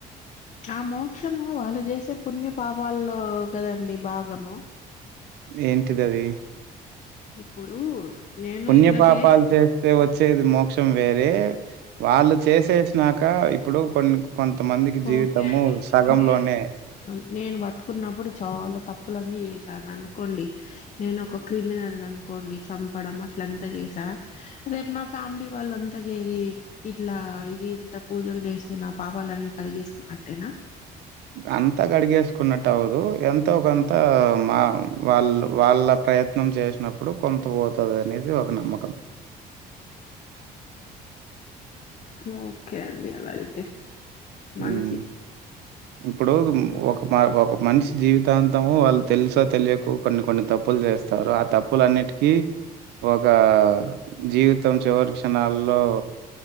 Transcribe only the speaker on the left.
ఆ మోక్షము వాళ్ళు చేసే పుణ్య పాపల్లో కదండి భాగము
ఇప్పుడు నేను
ఇట్లా చేస్
ఓకే అండి.
ఇప్పుడు నేను నేను బతుకున్నప్పుడు చాలా తప్పులన్నీ చేస్ ననుకోండి నేను ఒక క్రిమినల్ అనుకోండి చంపడం అట్లంతా చేసా రేపు నా ఫ్యామిలీ వాళ్ళంతా చేరి ఇట్లా ఇది ఇంత పూజలు చేస్తే నా పాపాలన్నీ కడిగేసుకున్నట్టేనా
మ్ ఓకే అండి అలా అయితే మంచిది